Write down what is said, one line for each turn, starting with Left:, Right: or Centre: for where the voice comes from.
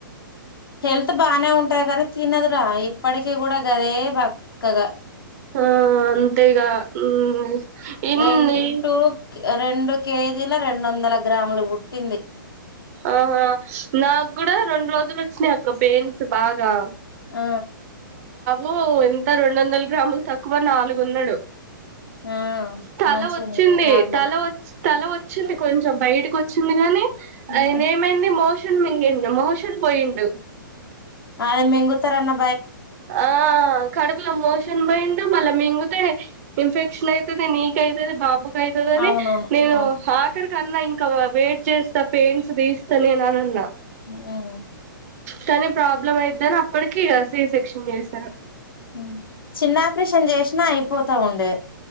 Left: హెల్త్ బాగానే ఉంటది కానీ తినదురా ఇప్పటికీ కూడా గదే బక్కగా
Right: ఆ అంతేగా ఉమ్ అ ఇన్ని
Left: రెం టూ రెండు కేజీల రెండు వందల గ్రాములు పుట్టింది
Right: ఆహా నాకు కూడా రెండు రోజులు వచ్చినాయి అక్క పెయిన్స్ బాగా
Left: ఆ
Right: ఉ ఎంత రెండు వందల గ్రాములు తక్కువ నాలుగున్నాడు
Left: ఆ
Right: తల
Left: మంచిగానే
Right: వచ్చింది
Left: ఉన్నది నార్మల్
Right: తల వాచి తల వచ్చింది కొంచెం బయటకి వ వచ్చింది గానీ అయినేమయిని
Left: మ్మ్
Right: మోషే మోషన్ మిగిండు మోషన్ పోయిండు
Left: అదే మింగుతారన్నా
Right: ఆ కడుపుల మోషన్ పోయి డు మళ్ళా మింగుతే ఇన్ఫెక్షన్ అయితుది నీకు అయితుంది బాబు అయితదని
Left: అవునవును
Right: నేను
Left: అవును
Right: హకర్ కన్నా ఇంకా వెయిట్ చేస్తా పెయిన్స్ ది తెలియని గానీ అనన్నా
Left: మ్మ్
Right: కానీ ప్రాబ్లమ్ అయిది అని అప్పడికి ఇగా సి సెక్షన్ చేస్తారు
Left: ఉమ్ చిన్న ఆపరేషన్ చేసినా అయిపోతా ఉండే